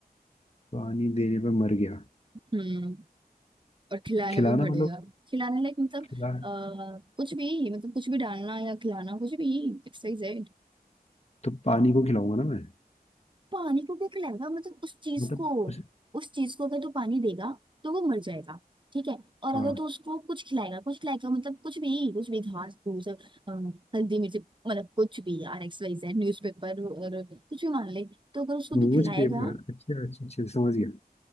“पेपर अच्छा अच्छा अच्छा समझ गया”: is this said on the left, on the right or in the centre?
Left